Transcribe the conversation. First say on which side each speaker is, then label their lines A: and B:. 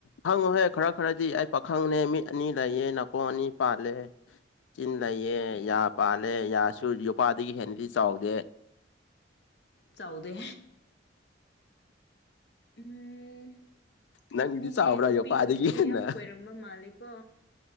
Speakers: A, on the left; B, on the left.
A: ꯍꯪꯉꯣꯍꯦ ꯈꯔ ꯈꯔꯗꯤ ꯑꯩ ꯄꯥꯈꯪꯅ ꯃꯤꯠ ꯑꯅꯤ ꯂꯩꯌꯦ ꯅꯥꯀꯣꯡ ꯑꯅꯤ ꯄꯥꯜꯂꯦ ꯆꯤꯟ ꯂꯩꯌꯦ
B: ꯑꯦ
A: ꯌꯥ
B: ꯑꯦ
A: ꯄꯥꯜꯂꯦ ꯌꯥꯁꯨ ꯌꯣꯄꯥꯗꯒꯤ ꯍꯦꯟꯅꯁꯨ ꯆꯥꯎꯗꯦ
B: ꯆꯥꯎꯗꯦ ꯎꯝ
A: ꯅꯪꯒꯤꯗꯤ
B: ꯃꯤꯁꯦ
A: ꯆꯥꯎꯕ꯭ꯔꯥ
B: ꯅꯨꯄꯤꯒꯁꯨ
A: ꯌꯣꯄꯥꯗꯒꯤ ꯍꯦꯟꯅ
B: ꯌꯥꯝ ꯀꯣꯏꯔꯝꯕ ꯃꯥꯜꯂꯦ ꯀꯣ